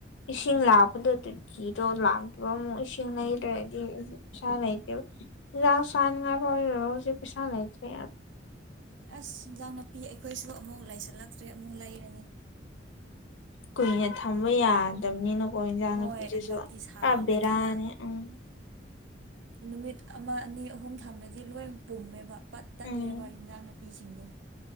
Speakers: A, on the left; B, on the right.
A: ꯏꯁꯤꯡ ꯂ ꯑꯗꯨ ꯑꯗꯨ ꯊꯤꯗꯣ ꯂꯥꯛꯇ꯭ꯔꯣ ꯑꯃꯨꯛ ꯏꯁꯤꯡ ꯂꯩꯗ꯭ꯔꯗꯤ ꯄꯩꯁꯥ ꯂꯩꯇꯦꯕ ꯥꯟ ꯉꯥꯏꯕꯣꯖꯤ ꯄꯩꯁꯥ ꯂꯩꯇ
B: ꯑꯁ ꯏꯤꯟꯖꯥꯡ ꯅꯥꯄꯤ ꯑꯩꯈꯣꯏꯁꯨ ꯑꯃꯨꯛ ꯂꯩꯥꯏꯁꯤꯜꯂꯛꯇ꯭ꯔꯦ ꯑꯃꯨꯛ ꯂꯩꯔꯅꯤ
A: ꯀꯨꯏꯅ ꯊꯝꯕ ꯌꯥꯗꯕꯅꯤꯅ ꯣꯏꯖꯤꯖꯁꯨ
B: ꯍꯣꯏ ꯍꯟꯗꯛꯇꯤ ꯁꯥꯕꯅꯤꯅ
A: ꯀꯕꯦꯔꯥꯅꯤ ꯎꯝ
B: ꯅꯨꯃꯤꯠ ꯑꯃ ꯑꯅꯤ ꯑꯍꯨꯝ ꯊꯥꯅꯗꯤ ꯂꯣꯏ ꯄꯨꯝꯃꯦꯕ ꯄꯠ ꯇꯠꯂꯦꯕ
A: ꯎꯝ
B: ꯍꯟꯖꯥꯡꯅ ꯅꯨꯄꯤꯁꯤꯡꯗ